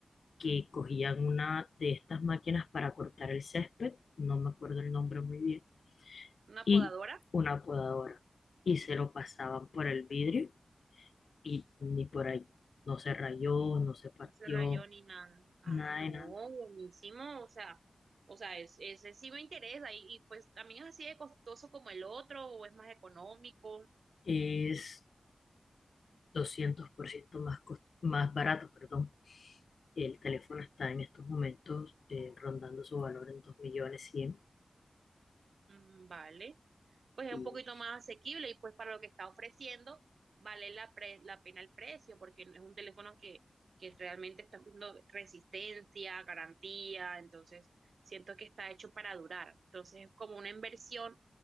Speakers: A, on the left; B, on the right.
A: que cogían una de estas máquinas para cortar el césped, no me acuerdo el nombre muy bien,
B: una
A: y
B: podadora,
A: una podadora y se lo pasaban por el vidrio y ni por ahí. No se rayó, no se partió,
B: no se rayó ni nada. Ah,
A: nada
B: no,
A: de
B: buenísimo,
A: nada.
B: o sea, o sea, es, ese sí me interesa, y, y pues también es así de costoso como el otro, o es más económico,
A: Es 200% más, cos- más barato, perdón. El teléfono está en estos momentos eh, rondando su valor en 2 millones 100
B: Mm, vale. pues es
A: y
B: un poquito más asequible y pues para lo que está ofreciendo vale la, pre- la pena el precio porque es un teléfono que, que realmente está haciendo resistencia, garantía, entonces siento que está hecho para durar. Entonces es como una inversión